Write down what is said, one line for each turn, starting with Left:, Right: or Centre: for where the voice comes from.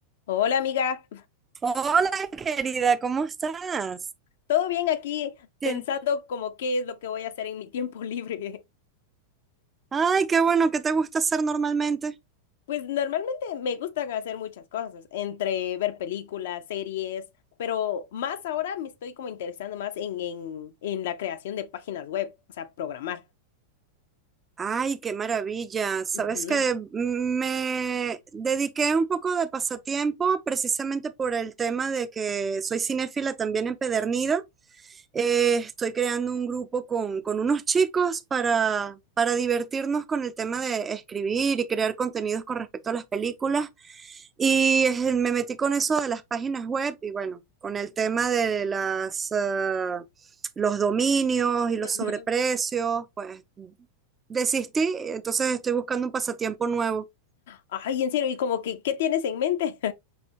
Left: Hola amiga,
Right: Hola, querida, ¿cómo estás?
Left: ¿todo bien aquí?
Right: Tien-
Left: Pensando como qué es lo que voy a hacer en mi tiempo libre.
Right: Ay, qué bueno, ¿qué te gusta hacer normalmente?
Left: <laughs> Pues normalmente me gustan hacer muchas cosas, entre ver películas, series, pero más ahora me estoy como interesando más en, en, en la creación de páginas web, o sea, programar.
Right: Ay, qué maravilla. Sabes
Left: Ujú,
Right: que me dediqué un poco de pasatiempo precisamente por el tema de que soy cinéfila también empedernida Eh, estoy creando un grupo con, con unos chicos para, para divertirnos con el tema de escribir y crear contenidos con respecto a las películas. Y eh, me metí con eso de las páginas web y bueno, con el tema de las, ah, los dominios y los
Left: ujú.
Right: sobreprecios, pues desistí, entonces estoy buscando un pasatiempo nuevo.
Left: Ay, en serio, ¿y como que qué tienes en mente?